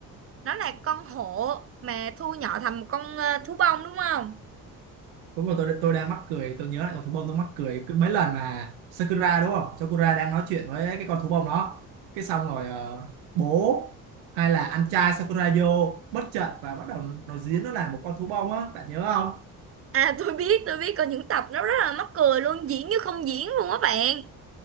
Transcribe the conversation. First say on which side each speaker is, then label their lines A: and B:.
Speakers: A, on the right (about 35°); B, on the right (about 85°).
A: nó là con hổ mà thu nhỏ thành một con ờ, thú bông đúng không?
B: Đúng rồi, tôi tôi đang mắc cười, tôi nhớ lại con thú bông tôi mắc cười cứ mấy lần mà Sakura đúng không? Sakura đang nói chuyện với cái con thú bông đó. Cái xong rồi ờ, bố hay là anh trai Sakura vô bất chợt và bắt đầu nó diễn nó là một con thú bông á, bạn nhớ không?
A: À tôi biết, tôi biết có những tập nó rất là mắc cười luôn, diễn như không diễn luôn á bạn.